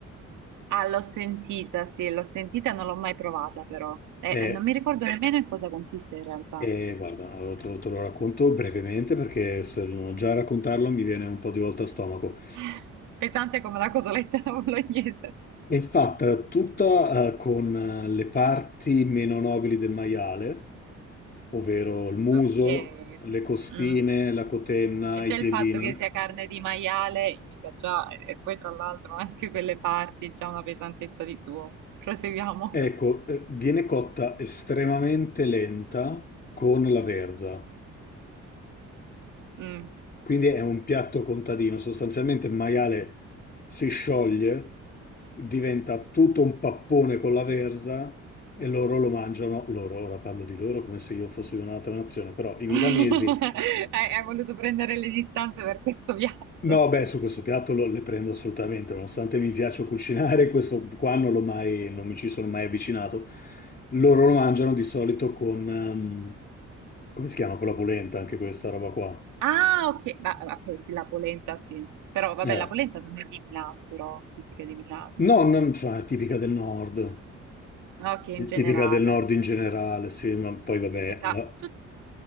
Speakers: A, on the right; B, on the left.
A: Ah, l'ho sentita, sì, l'ho sentita, non l'ho mai provata però. E,
B: E,
A: e non mi ricordo Eh, nemmeno in cosa consiste in realtà.
B: e guarda, te, lo te lo racconto brevemente perché se non già a raccontarlo mi viene un po' di volta a stomaco.
A: <laughs> Pesante come la cotoletta <laughs> alla bolognese.
B: È fatta tutta, eh, con eh, le parti meno nobili del maiale, ovvero il muso,
A: Ok.
B: le costine,
A: Mm.
B: la cotenna,
A: E già
B: i piedini.
A: il fatto che sia carne di maiale indica già, e poi tra l'altro anche quelle parti, già una pesantezza di suo. Proseguiamo.
B: Ecco, eh, viene cotta estremamente lenta con la verza.
A: Mm.
B: Quindi è un piatto contadino. Sostanzialmente il maiale si scioglie, diventa tutto un pappone con la verza e loro lo mangiano. Loro, ora parlo di loro come se io fossi di un'altra nazione, però i milanesi
A: <laughs> Hai hai voluto prendere le distanze per questo piatto.
B: No, beh, su questo piatto lo- le prendo assolutamente, nonostante mi piaccia cucinare, questo qua non l'ho mai, non mi ci sono mai avvicinato. Loro lo mangiano di solito con, ehm, come si chiama? Con la polenta, anche questa roba qua.
A: Ah, ok, bah, ok, sì, la polenta sì, però vabbè,
B: Eh.
A: la polenta non è di Milano, però tipica di Milano.
B: No, non, fa- è tipica del nord,
A: Ah, Ok, in
B: è
A: generale.
B: tipica del nord in generale, sì, ma poi vabbè,
A: Esatto.
B: la-
A: E